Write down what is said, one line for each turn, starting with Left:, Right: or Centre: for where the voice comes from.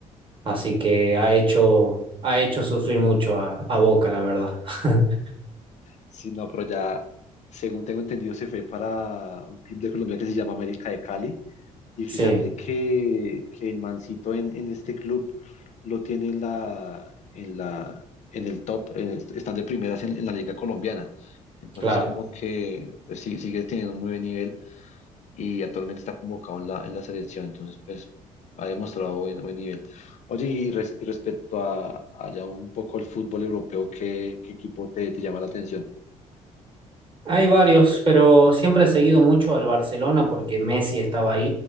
Right: así que ha hecho, ha hecho sufrir mucho a, a Boca, la verdad. <laughs>
Left: Sí, no, pero ya, según tengo entendido, se fue para un club de Colombia que se llama América de Cali. Y fíjate
Right: Sí,
Left: que, que el mancito en, en este club lo tiene en la, en la, en el top, eh, están de primeras en, en la liga colombiana. Entonces,
Right: claro.
Left: como que, pues sí, sigue teniendo un muy buen nivel. y actualmente está convocado en la, en la selección, entonces pues ha demostrado buen, buen nivel. Oye, y res- respecto a, a ya un poco el fútbol europeo, ¿qué, qué equipo te, te llama la atención?
Right: Hay varios, pero siempre he seguido mucho al Barcelona porque Messi estaba ahí,